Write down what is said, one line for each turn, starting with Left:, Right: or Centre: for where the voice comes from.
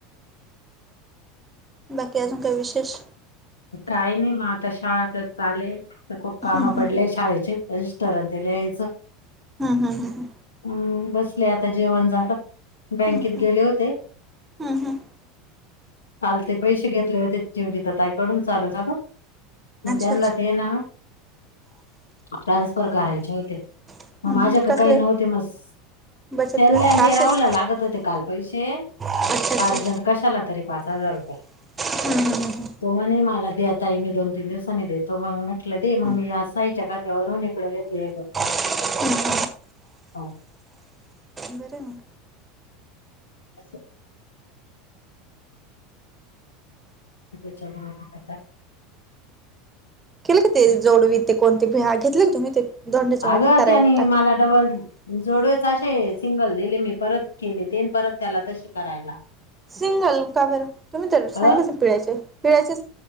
Right: बाकी अजून काय विशेष.
Left: काही नाही मग आता शाळा तर चाले खूप काम
Right: हम्म
Left: पडलेय
Right: हम्म
Left: शाळेचे. रजिस्टर अन ते लिहायचं.
Right: हा हा ह.
Left: हम् बसले आता जेवण झालं बँकेत
Right: हम्म
Left: गेले होते.
Right: हम्म हम्म
Left: चालते पैसे घेतले होते जिवग <unintelligible> ताई तयकडून चालू हाय मग
Right: अच्छा
Left: त्यांना
Right: अच्छा
Left: ते ना. ट्रान्सफर करायचे होते,
Right: हम्म
Left: मग माझ्याक
Right: हम्म कसले
Left: काही नव्हते मस
Right: बचत
Left: त्यांनन
Right: गट का
Left: ते
Right: असेच
Left: राहूला लागत होते, काल पैसे
Right: अच्छा अच्छा
Left: अर्जंट कशाला तरी. पाच हजार रूपे
Right: हम्म हम्म
Left: तो म्हने मा चालतंय ताई मी दोन तीन दिवसांनी देतो मग म्हटलं दे मग
Right: हम्म
Left: मी या साईच्या काात्यावरून इकडं घेतेले.
Right: हम् <inaudible>
Left: हो.
Right: बर आहे मग
Left: असं. <unintelligible>
Right: केलं का ते जोडवी ते कोणती भ्या घेतले का तुम्ही ते. दोंड्याच्या
Left: अगं
Right: वहिन्यात कराय
Left: त्यानी
Right: टाकले
Left: मला डबल जोडवेच असे सिंगल दिले मी परत केले ते परत त्याला तसे करायला.
Right: सिंगल कबर तुम्ही तर
Left: अ
Right: सांगितल पिळ्याच्या पिळ्याच्या.